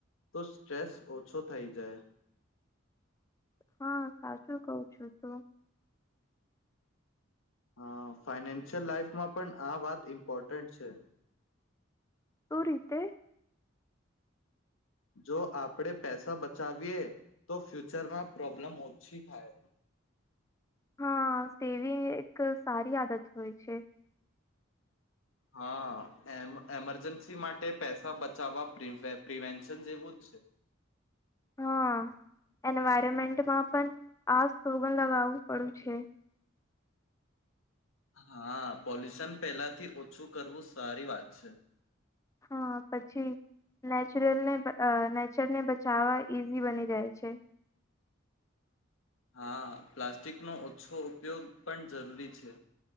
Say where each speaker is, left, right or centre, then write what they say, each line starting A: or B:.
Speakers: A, on the left; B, on the left.
A: તો સ્ટ્રેસ ઓછો થઈ જાય
B: હા સાચું કઉ છું તો
A: હા ફાઈનાન્શિયલ લાઈફમાં પણ આ વાત ઇમ્પોર્ટન્ટ છે.
B: તો રીતે
A: જો આપણે પૈસા બચાવીએ તો ફ્યુચરમાં પ્રોબ્લેમ ઓછી થાય
B: હા સેવી એક સારી આદત હોય છે.
A: હા એમ એમરજન્સી માટે પૈસા બચાવવા પિરવે પ્રિવેન્શન જેવું જ છે.
B: હા એન્વાયરમેન્ટમાં પણ આ સોગન લગાવવું પડ્યું છે.
A: હા પોલ્યુશન પહેલાથી ઓછું કરવું સારી વાત છે.
B: હા પછી નેચરલને અ નેચરને બચાવવા ઈઝી બની જાય છે.
A: હા પ્લાસ્ટિકનો ઓછો ઉપયોગ પણ જરૂરી છે.